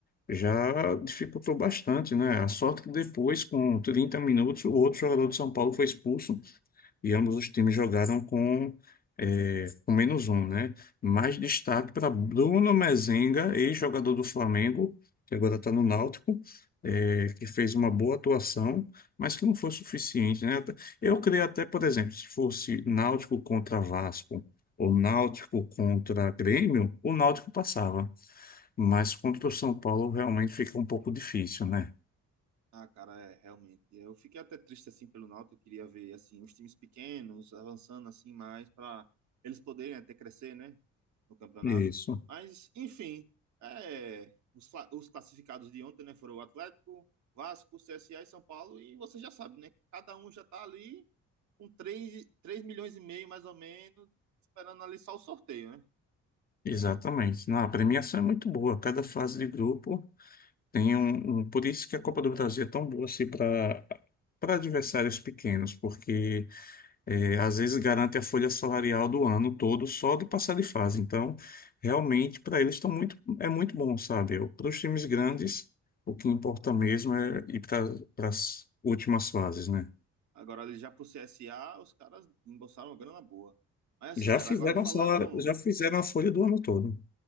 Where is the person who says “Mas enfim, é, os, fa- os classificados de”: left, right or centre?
Right